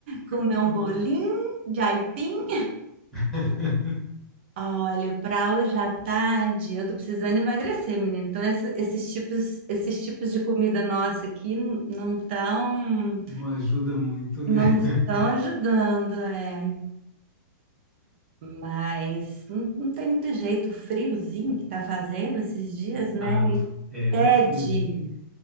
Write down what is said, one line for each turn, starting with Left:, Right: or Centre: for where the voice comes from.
Right: comer
Centre: Então,
Right: um bolinho de aipim,
Centre: <laughs>
Right: Olha, para hoje à tarde, eu tô precisando emagrecer, menino. Então, esse- esses tipos, esses tipos de comida nossa aqui n- não estão
Centre: Não ajuda muito, né?
Right: não
Centre: <laughs>
Right: estão ajudando, é. Mas não, não tem muito jeito, o friozinho que tá fazendo esses dias, né?
Centre: Ah, no, é,
Right: Pede.
Centre: no friozinho.